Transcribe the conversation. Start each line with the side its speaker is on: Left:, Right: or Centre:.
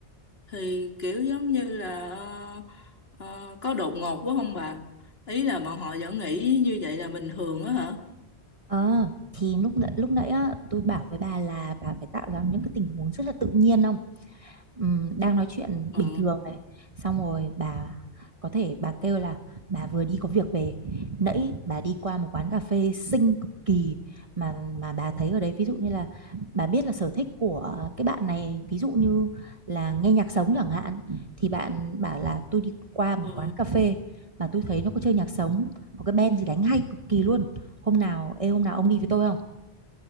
Left: thì kiểu giống như là ờ, ờ, có đột ngột quá không bà ý là bọn họ vẫn nghĩ như vậy là bình thường á hả
Right: Ờ, thì lúc nãy, lúc nãy á, tôi bảo với bà là bà phải tạo ra những cái tình huống rất là tự nhiên ừm, đang nói chuyện
Left: Ờ,
Right: bình thường này xong rồi bà có thể bà kêu là bà vừa đi có việc về nãy bà đi qua một quán cà phê xinh cực kỳ mà mà bà thấy ở đấy ví dụ như là bà biết là sở thích của cái bạn này ví dụ như là nghe nhạc sống chẳng hạn thì bạn bảo là tôi đi qua một
Left: ờ.
Right: quán cà phê mà tôi thấy nó có chơi nhạc sống có cái band gì đánh hay cực kỳ luôn hôm nào ê hôm nào ông đi với tôi không